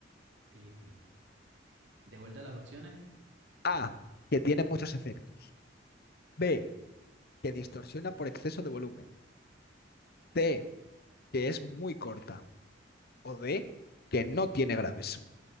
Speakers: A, on the right; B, on the left.
A: Clipping. De vuelta a las opciones,
B: A, que tiene muchos efectos. B, que distorsiona por exceso de volumen. C, que es muy corta. O D, que no tiene graves.